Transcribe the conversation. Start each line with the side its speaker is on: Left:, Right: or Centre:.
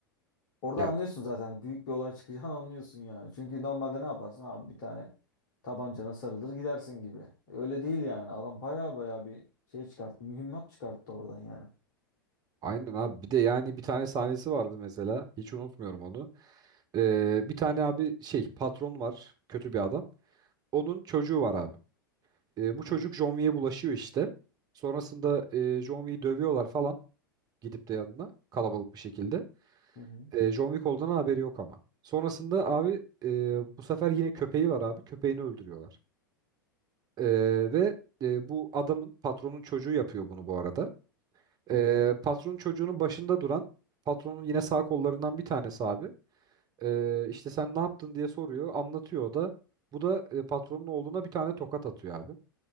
Left: Orada
Right: Ya
Left: anlıyorsun zaten. hani Büyük bir olay çıkacağını anlıyorsun yani. Çünkü normalde ne yaparsın abi bir tane tabancana sarılır gidersin gibi. Öyle değil yani. Adam baya baya bir şey çıkarttı. Mühimmat çıkarttı oradan yani.
Right: aynen abi bir de yani bir tane sahnesi vardı mesela hiç unutmuyorum onu. E, bir tane abi şey patron var kötü bir adam. Onun çocuğu var abi. E, bu çocuk
Left: Hı hı.
Right: John Wick'e bulaşıyor işte. Sonrasında e, John Wick'i dövüyorlar falan gidip de yanına kalabalık bir şekilde.
Left: Hı hı.
Right: E, John Wick olduğundan haberi yok ama. Sonrasında abi e, bu sefer yine köpeği var abi köpeğini öldürüyorlar. Ee, ve e, bu adamın patronun çocuğu yapıyor bunu bu arada.
Left: Hı
Right: Ee,
Left: hı.
Right: patronun çocuğunun başında duran patronun yine sağ kollarından bir tanesi abi. Ee, işte sen ne yaptın diye soruyor, anlatıyor o da. Bu da e, patronun oğluna bir tane tokat atıyor abi.